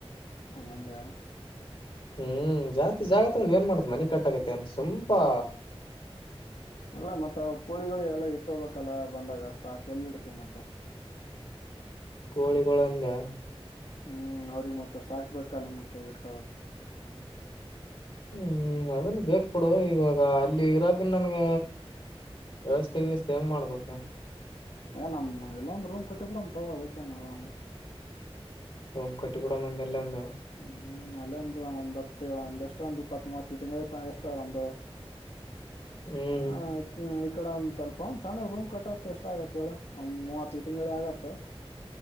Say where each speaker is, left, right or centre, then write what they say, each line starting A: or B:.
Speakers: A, on the left (about 80°); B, on the left (about 60°).
A: ಹಂಗಂದ
B: ಹ್ಮ ಜಾಸ್ತಿ ಜಾಗ ತಗೊಂದ ಏನ್ ಮಾಡ್ತತಿ ಮನಿ ಕಟ್ಟಕೈತಿ ಸುಮ್ ಪಾ
A: ಅಲ್ಲ ಮತ್ತ ಕೋಳಿಗಳ ಎಲ್ಲ ಇಟ್ಕೋಬೇಕಲ್ಲ ಬಂದಾಗ ಸ್ಟಾಕ್ ಎಲ್ಲಿ ಇಡ್ತಿ ಮತ್ತ.
B: ಕೋಳಿಗಳಂದ
A: ಹ್ಮ ಅವ್ರಿಗ ಮತ್ತ ಸ್ಟಾಕ್ ಬೇಕಲ್ಲ ಮತ್ತ ಇಟ್ಕೊಳಕ್ಕ
B: ಹ್ಮ ಅದನ್ ಬೇಕ ಬಿಡು ಇವಾಗ ಅಲ್ಲಿ ಇರಾಕ ನನ್ಗ ವ್ಯವಸ್ಥೆ ಗಿವಸ್ಥೆ ಹೆಂಗ್ ಮಾಡ್ಬೇಕ.
A: ಏ ನಮ್ಮ ಇಲ್ಲ ಒಂದ ರೂಮ್ ಕಟ್ಟ ಬಿಡೋಣ ತಗೊ ಅದಕ್ಕೇನ ಆರಾಮ.
B: ಹು ಕಟ್ಟಿ ಬಿಡೋನ ಇಲ್ಲೊಂದ.
A: ಹ್ಮ ಅಲ್ಲೇ ಒಂದ ಒಂದ್ ಹತ್ತ ಒಂದ ಎಷ್ಟ ಒಂದ್ ಇಪ್ಪತ್ ಮೂವತ್ತು ಇಟ್ಟಂಗೆಳ್ಳಿ ಎಷ್ಟ ಒಂದ
B: ಹ್ಮ್
A: ಆಯ್ತ ಹ ಈಕಡೆ ಒಂದ ಸ್ವಲ್ಪ ಒಂದ ಸಣ್ಣ ರೂಮ್ ಕಟ್ಟೋಷ್ಟ ಎಷ್ಟ ಆಗತ್ತ ಹೇಳ ಒಂದ ಮೂವತ್ತ ಇಟ್ಟಂಗೆಳ್ಳಿ ಆಗತ್ತ.